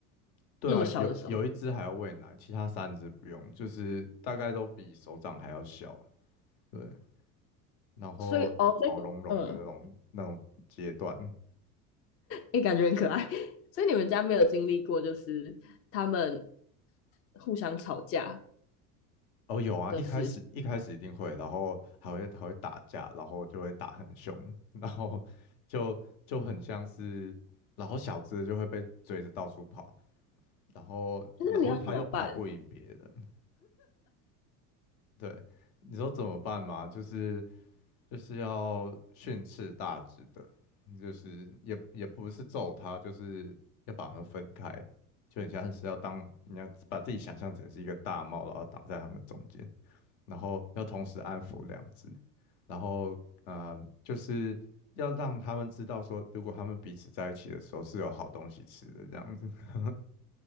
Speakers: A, on the left; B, on the left.
A: <laughs> 对啊，
B: 那么小的时候，
A: 有有一只还要喂奶，其他三只不用，就是大概都比手掌还要小，对，然后毛茸茸的那种那种阶段，
B: 所以哦，所以嗯，也欸感觉很可爱。<laughs> 所以你们家没有经历过，就是他们互相吵架
A: 哦，有啊，
B: 的事情，
A: 一开始一开始一定会，然后还会还会打架，然后就会打很凶，然后就就很像是，然后小只的就会被追着到处跑，然后然后他又跑不赢别人，
B: 那你要怎么办？
A: 对，你说怎么办嘛？就是就是要训斥大只的，就是也也不是揍他，就是要把他们分开，就很像是要当你要把自己想象成是一个大猫，然后挡在他们中间。然后要同时安抚两只，然后呃，就是要让他们知道说，如果他们彼此在一起的时候是有好东西吃的这样子。<laughs>